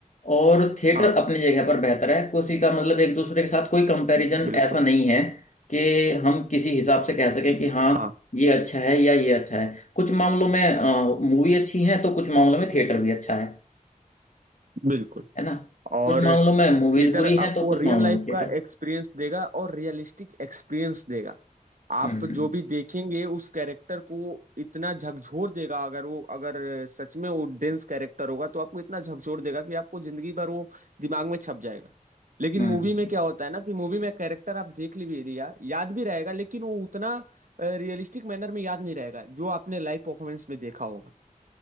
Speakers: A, on the left; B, on the right.
A: और थिएटर
B: हाँ
A: अपनी जगह पर बेहतर है किसी का मतलब एक दूसरे के साथ कोई कंपैरिजन
B: बिल्कुल
A: ऐसा नहीं है कि हम किसी हिसाब से कह सकें कि हाँ
B: हाँ
A: ये अच्छा है या ये अच्छा है कुछ मामलों में मूवी अच्छी है तो कुछ मामलों में थिएटर भी अच्छा है
B: बिल्कुल
A: है ना
B: और
A: कुछ मामलों में
B: थिएटर
A: मूवीज बुरी हैं
B: आपको
A: तो कुछ
B: रियल
A: मामलों
B: लाइफ
A: में थिएटर
B: का एक्सपीरियंस देगा और रियलिस्टिक एक्सपीरियंस देगा आप
A: हम्म
B: जो भी देखेंगे उस कैरेक्टर को इतना झकझोर देगा अगर वो अगर सच में वो डेंस कैरेक्टर होगा तो आपको इतना झकझोर देगा कि आपको जिंदगी भर वो दिमाग में छप जाएगा लेकिन
A: हम्म
B: मूवी में क्या होता है ना कि मूवी में कैरेक्टर आप देख भी लिया याद भी रहेगा लेकिन वो उतना रियलिस्टिक मैनर में याद नहीं रहेगा जो आपने लाइव परफॉर्मेंस में देखा होगा